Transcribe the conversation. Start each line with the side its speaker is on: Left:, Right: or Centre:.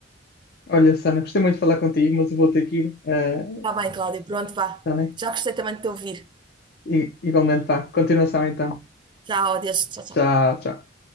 Left: Olha, Sana, gostei muito de falar contigo, mas eu vou ter que ir. eh,
Right: Está bem, Cláudia, pronto, vá.
Left: tá bem?
Right: Já gostei também de te ouvir.
Left: E, igualmente, vá. Continuação então.
Right: Tchau, adeus, tchau, tchau.
Left: Tchau, tchau.